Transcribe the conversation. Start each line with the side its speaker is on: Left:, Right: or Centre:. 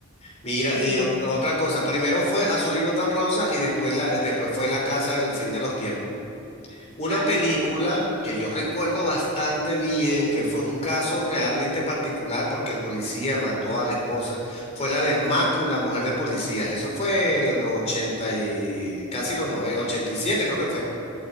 Left: Mira,
Right: sí,
Left: y ot- otra cosa, primero fue Azulino tan rosa y después, la, después fue La Casa del Fin de los Tiempos. Una
Right: ah,
Left: película
Right: sí,
Left: que yo recuerdo bastante bien, que fue un caso realmente particular porque el policía mató a la esposa, fue la de Macu, la mujer del policía. Eso fue en los 80 y casi los noventa ochenta y siete creo que fue.